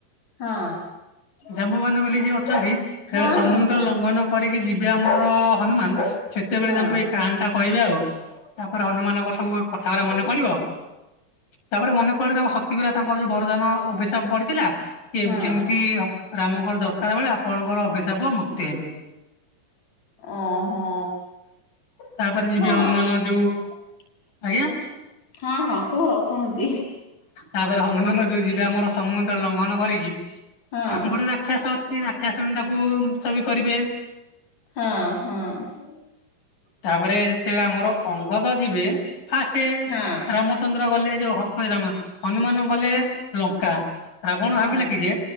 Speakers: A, on the left; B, on the left.
A: ହଁ।
B: ଜାମ୍ବବାନ ବୋଲି ଯିଏ ଅଛନ୍ତି!
A: ହଁ
B: ବେଳେ ସମୁଦ୍ର
A: ହଁ ହଁ।
B: ଲଘନ କରିକି ଯିବେ ଆମର-ଅ ହନୁମାନ, ସେତେବେଳେ
A: ହଁ
B: ତାଙ୍କୁ ଏଇ କାଣ ଟା କହିବେ ଆଉ। ତାପରେ, ହନୁମାନଙ୍କର ସବୁ କଥାଗରା ମନେ ପଡିବ। ତାପରେ ମନେ ପଡେ, ତାଙ୍କ ଶକ୍ତିଗୁରା ତାଙ୍କର ଯୋଉ ବରଦାନ ଅଭିଶାପ ପଡିଥିଲା। କି
A: ହଁ
B: ଏମିତି ଏମିତି ହ ରାମଙ୍କର ଦରକାର ବେଳେ ଆପଣଙ୍କର ଅଭିଶାପ ମୁକ୍ତି ହେବେ।
A: ଓହୋ
B: ତାପରେ, ଯିବି
A: ହଁ
B: ହନୁମାନ
A: ହଁ
B: ଯୋଉ ଆଜ୍ଞା।
A: ହଁ, ହଁ କୁହ ଶୁଣୁଛି।
B: ତାପରେ, ହନୁମାନ ଯୋଉ ଯିବେ ଆମର ସମୁଦ୍ର ଲଙ୍ଘନ କରିକି
A: ହଁ
B: ଗୋଟେ ରାକ୍ଷସ ଅଛି, ରାକ୍ଷସୁଣି ତାକୁ ମୁତ ବି କରିବେ।
A: ହଁ, ହଁ।
B: ତାପରେ, ଯେତେବେଳେ ଆମର ଅଙ୍ଗଦ ଯିବେ, ଫାଷ୍ଟେ
A: ହଁ
B: ରାମଚନ୍ଦ୍ର ଗଲେ। ଯଉ ହ ହଇରାମା ହନୁମାନ ଗଲେ ଲଙ୍କା। ରାବଣ
A: ହଁ
B: ଭାବିଲା କି ଯେ